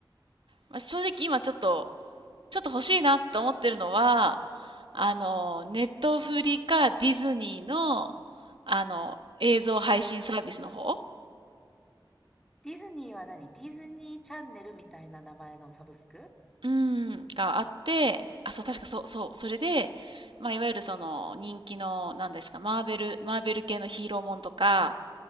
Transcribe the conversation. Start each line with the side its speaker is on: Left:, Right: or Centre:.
Right: まあ、正直今ちょっと、ちょっと欲しいなと思ってるのは、あの、
Centre: う。うん。
Right: ネットフリかディズニーの、あの、映像配信サービスの方
Centre: サブスク？ディズニーは何？ディズニーチャンネルみたいな名前のサブスク？
Right: うん、があって、あ、そう、確かそう、そう、それで、まあ、いわゆるその人気の、なんですか、マーベル、マーベル系のヒーローもんとか、